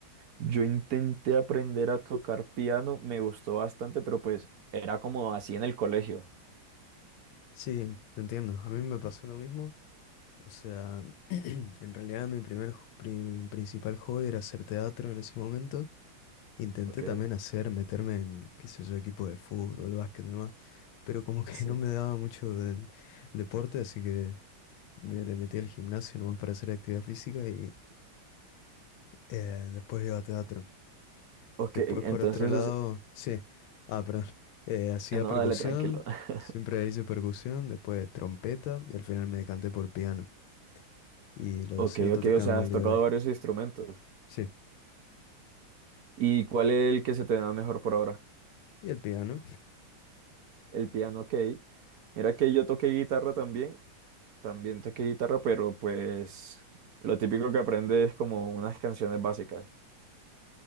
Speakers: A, on the right; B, on the left.
A: yo intenté aprender a tocar piano, me gustó bastante, pero pues era como así en el colegio.
B: Sí, te entiendo, a mí me pasó lo mismo. O sea, <clears throat> en realidad mi primer, jo- pri- principal hobby era hacer teatro en ese momento. Intenté
A: Ok,
B: también hacer, meterme en, qué sé yo, equipo de fútbol, básquet, y demás, pero como que
A: sí.
B: no me daba mucho el, el deporte, así que me le metí al gimnasio nomás para hacer actividad física y eh, después iba a teatro.
A: Ok,
B: Después,
A: entonces,
B: por otro lado,
A: o sea,
B: sí, ah, perdón, <laughs> eh, hacía
A: eh, no,
B: percusión,
A: dale tranquilo. <laughs>
B: siempre hice percusión, después trompeta y al final me decanté por piano y lo
A: Ok,
B: sigo to-
A: ok,
B: tocando
A: o sea, has
B: al día
A: tocado
B: de hoy.
A: varios instrumentos.
B: Sí,
A: ¿Y cuál es el que se te da mejor por ahora?
B: y el piano,
A: El piano, ok. Mira que yo toqué guitarra también, también toqué guitarra, pero pues lo típico que aprendes es como unas canciones básicas.